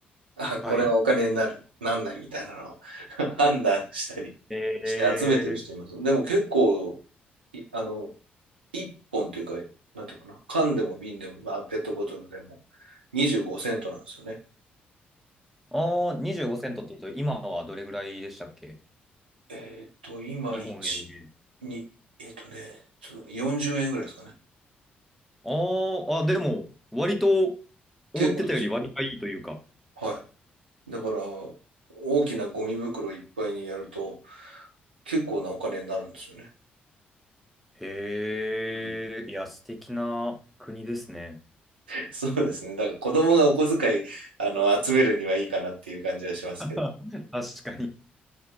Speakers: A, on the right; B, in the centre.
A: あ、
B: はい。
A: これはお金になる、なんないみたいなのを <laughs> 判断したりして集めてる人います。
B: ええ
A: でも結構、いあの、一本というか、なんていうかな、缶でも瓶でも、まあ、ペットボトルでも25セントなんですよね。
B: ああー、25セントって言うと、今はどれぐらいでしたっけ
A: えっと、今、
B: 日本円で。
A: 1、2、えっとね、その40円ぐらいですかね。
B: あーあ、でも、割と
A: 結構ですよ。
B: 思ってたより割がいいというか。
A: はい。だから、大きなゴミ袋いっぱいにやると、結構なお金になるんですよね。
B: へえ、
A: うん
B: いや、素敵な国ですね。
A: <laughs> そうですね。だから子供がお小遣い、あの、集めるにはいいかなっていう感じはしますけど。
B: <laughs> 確かに。